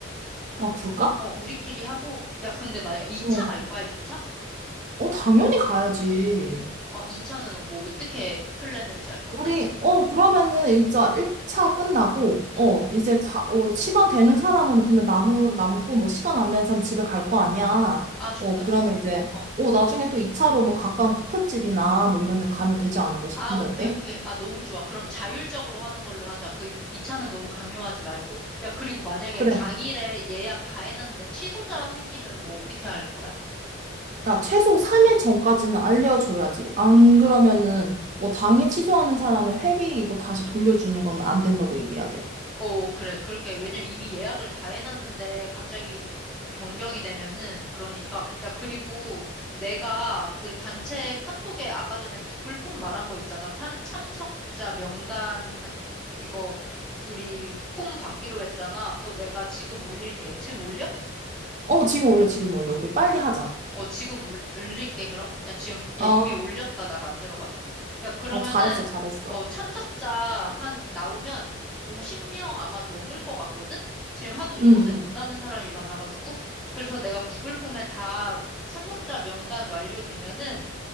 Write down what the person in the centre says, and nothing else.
어, 우리끼리 하고, 야, 근데 마야, 2차
갈 거야, 2차?
어, 2차는 뭐, 어떻게 플랜을 짤 건데?
응.
아, 좋다,
좋다.
어.
아, 오케이,
오케이. 아, 너무 좋아. 그럼 자율적으로 하는 걸로 하자. 그 2차는 너무 강요하지 말고. 야, 그리고 만약에
당일에 예약 다 해놨는데 취소자 생기면 뭐, 어떻게 할 거야?
어, 그래. 그렇게, 왜냐면 이미 예약을 다 해놨는데 갑자기 변경이 되면은, 그러니까, 야, 그리고 내가 그 단체 카톡에 아까 전에 구글 폼 말한 거 있잖아. 참, 참석자 명단, 이거, 우리 폼 받기로 했잖아. 그거 내가 지금 올릴게. 지금 올려?
어, 지금 올, 올릴게, 그럼? 야, 지금,
야, 이미 올렸다, 나 만들어가지고. 야, 그러면은,
어, 참석자 한, 나오면 50명 아마 넘을 것 같거든? 지금 하도 이번에
온다는 사람이 많아가지고. 그래서 내가 구글 폼에 다 참석자 명단 완료되면은,